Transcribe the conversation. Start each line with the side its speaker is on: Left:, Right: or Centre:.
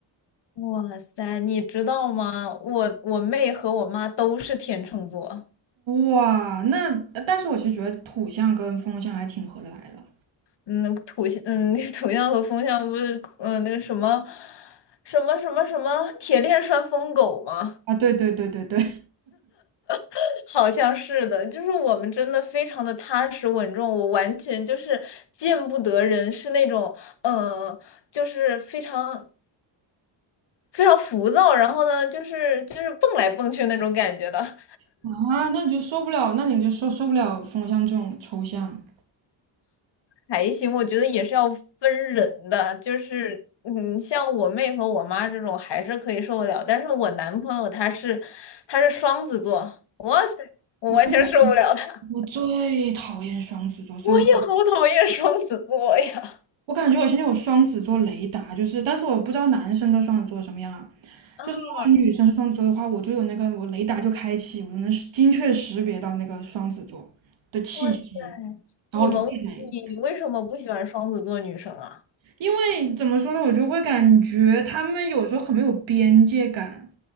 Left: 哇塞，你知道吗？我我妹和我妈都是天秤座。
Right: 哇，那但是我其实觉得土象跟风象还挺合得来的
Left: 嗯，土象，嗯，那土象和风象不是，嗯，那个什么，什么什么什么铁链拴疯狗吗？
Right: 啊，对对对对对，
Left: <laughs> 好像是的，就是我们真的非常的踏实稳重，我完全就是见不得人，是那种，嗯，就是非常非常浮躁，然后呢，就是就是蹦来蹦去那种感觉的。
Right: <laughs> 啊，那你就受不了，那你就受受不了风象这种抽象。
Left: 还行，我觉得也是要分人的，就是嗯，像我妹和我妈这种还是可以受得了，但是我男朋友他是他是双子座，我完全受不了他，
Right: 我我最讨厌双子座，
Left: <laughs>
Right: 虽然
Left: 我也好讨厌双子座呀。
Right: 我感觉我现在有双子座雷达，就是，但是我不知道男生的双子座什么样啊。
Left: 啊，
Right: 就是如果女生是双子座的话，我就有那个我雷达就开启，我就能识精确识别到那个双子座的气息，
Left: 我
Right: 然后我就避雷。
Left: 你们为你你为什么不喜欢双子座女生啊？
Right: 因为怎么说呢，我就会感觉他们有时候很没有边界感，